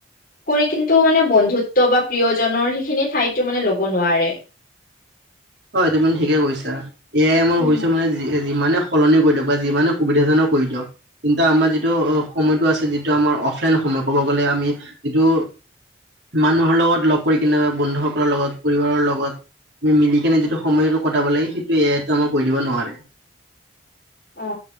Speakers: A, on the left; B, on the right.
A: কৰি কিন্তু মানে বন্ধুত্ব বা প্ৰিয়জনৰ সেইখিনি ঠাইতো মানে ল'ব নোৱাৰে
B: হয় তুমি ঠিকে কৈছা এয়াই মই শুনিছো
A: উম।
B: মানে যি যিমানে সলনি কৰি দিয়ক বা যিমানে সুবিধাজনক কৰি দিয়ক কিন্তু আমাৰ যিটো সময়তো আছে যিটো আমাৰ অফলাইন সময় ক'ব গ'লে আমি যিটো মানুহৰ লগত লগ কৰি কেনেবা বন্ধু সকলৰ লগত পৰিবাৰৰ লগত মি মিলি কেনে যিটো সময়তো কটাব লাগে সেইটো এ আইতো আমাক কৈ দিব নোৱাৰে।
A: অ